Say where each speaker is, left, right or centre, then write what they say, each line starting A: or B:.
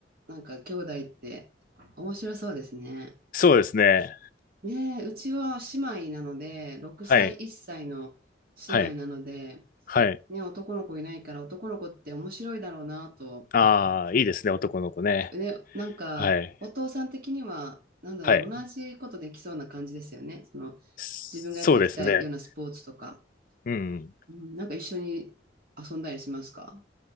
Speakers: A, on the right; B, on the left.
A: なんか兄弟って面白そうですね。
B: そうですね。
A: ねえ、うちは姉妹なので、6歳、
B: はい。
A: 1歳の
B: はい。
A: 姉妹なので、
B: はい。
A: ね、男の子いないから男の子って面白いだろうなと、
B: ああ、いいですね、男の子ね。
A: ね、なんかお父さん的には、
B: はい。
A: なんだろう、
B: はい。
A: 同じことできそうな感じですよね。その
B: そうですね。
A: 自分がやってきたようなスポーツとか、
B: うん。
A: うん、なんか一緒に遊んだりしますか